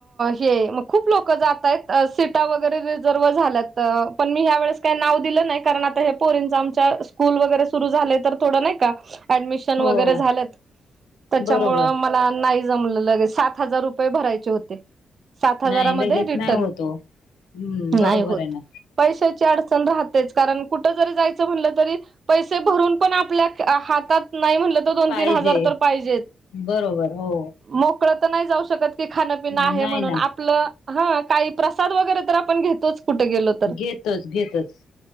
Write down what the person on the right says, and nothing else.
हे खूप लोकं जात आहेत, सीटा वगैरे रिझर्व झाल्यात. तर, पण मी ह्या वेळेस काही नाव दिलं नाही, कारण आता हे पोरींच आमच्या स्कूल वगैरे सुरु झाले, तर थोड नाही का ऍडमिशन
वगैरे झाल, त्याच्यामुळ
ला नाही जमले सात हजार रुपये भरायचे होते सात हजारामध्ये
रिटर्न
नाही होत.
पैशाची अडचण राहतेच. कारण कुठं जरी जायचं म्हणटलं तरी? पैसे भरून पण आपल्या हातात नाही म्हणलं तरी दोन
तीन हजार तर पाहिजेत.
मोकळ तर नाही जाऊ शकत. की खाणंपिनं
आहे म्हणून
आपलं हा काही प्रसाद वगैरे तर आपण घेतोच कुठे गेलो तर